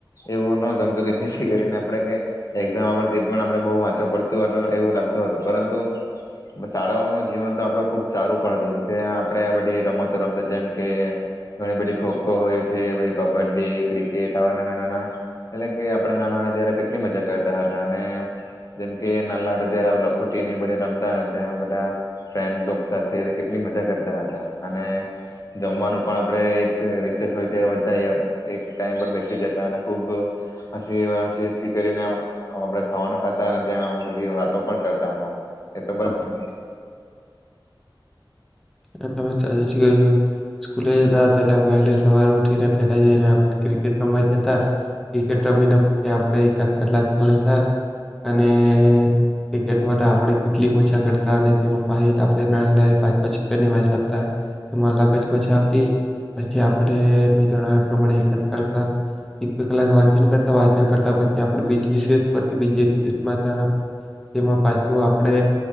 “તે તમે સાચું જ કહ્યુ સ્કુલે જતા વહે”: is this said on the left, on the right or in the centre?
Centre